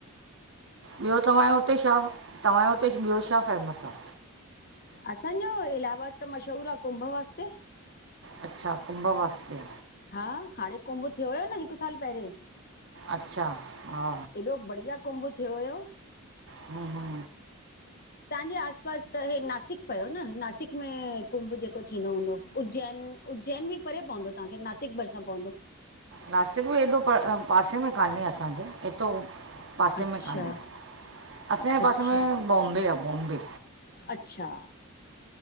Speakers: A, on the right; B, on the left.
A: ॿियो तव्हांजो हुते छा छा फेमस आहे?
B: असांजो इलाहाबाद त मशहूर आहे कुंभ वास्ते।
A: अच्छा कुंभ वास्ते।
B: हा हाणे कुंभ थियो हुयो न हिकु साल पहिरियोेंं
A: अच्छा हा
B: एॾो बढ़िया कुंभ थियो हुयो।
A: हा हा
B: तव्हांजे आस पास त नासिक पयो न नासिक में कुंभ जेको थींदो हूंदो उज्जैन। उज्जैन भी परे पवंदो तव्हांखे नासिक भरिसां पवंदो।
A: नासिक बि एॾो पासे में कान्हे असांजे ऐतरो पासे
B: अच्छा
A: में कान्हे असांजे पासे
B: अच्छा
A: में बॉम्बे आहे बॉम्बे।
B: अच्छा।